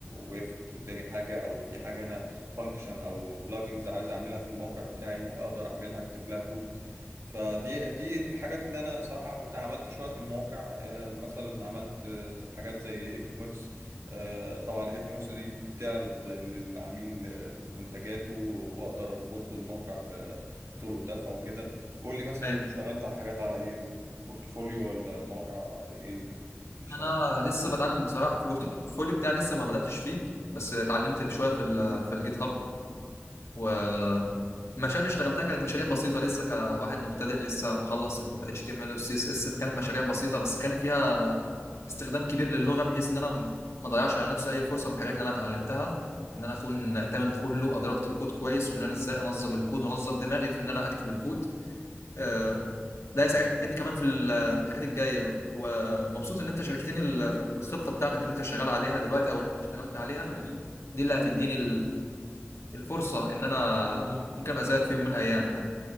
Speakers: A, on the right; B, on the left.
A: وقفت قدامي حاجه او في حاجه انا فانكشن او بلجنز عايز اعملها في الموقع بتاعي اقدر اعملها اكتب لها كود فدي دي دي الحاجات اللي انا صراحه عملتها عملت شويه من مواقع آه، مثلا عملت آه، حاجات زي اي كوميرس آه، طبعا اي كوميرس دي بتعرض ل- للعميل آه، منتجاته واقدر اربط له الموقع ب- بطرق دفع وكده قول لي مثلا
B: ايوه
A: انت اشتغلت على حاجات على ايه بورتفوليو ولا مواقع ايه اللي اللي اشتغلت
B: انا لسه بتعلم بصراحه في البورتفوليو بتاعي لسه ما بداتش فيه بس اتعلمت شويه في ال في الجيت هاب والمشاريع اللي اشتغلتها كانت مشاريع بسيطة لسه كواحد مبتدئ لسه مخلص ال HTML وال CSS فكانت مشاريع بسيطة بس كان فيها استخدام كبير للغة بحيث ان انا م- ما اضيعش على نفسي اي فرصة من الحاجات اللي انا اتعلمتها ان انا اكون تمام كله ادركت الكود كويس وان انا ازاي انظم الكود وانظم دماغي في ان انا اكتب الكود آه، ده هيساعدني كمان في ال- في الحاجات الجاية ومبسوط ان انت شاركتني ال- الخطة بتاعتك اللي انت شغال عليها دلوقتي او اللي انت اشتغلت عليها دي اللي هتديني الفرصة إن أنا ممكن أبقى زيك في يوم من الأيام يعني